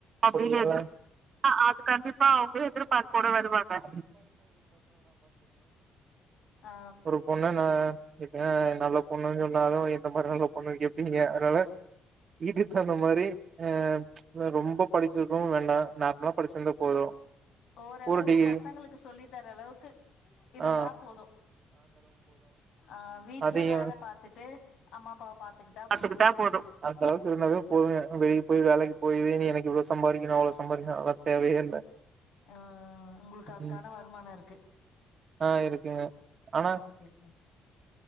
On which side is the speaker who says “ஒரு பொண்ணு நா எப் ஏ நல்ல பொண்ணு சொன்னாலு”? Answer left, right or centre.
Right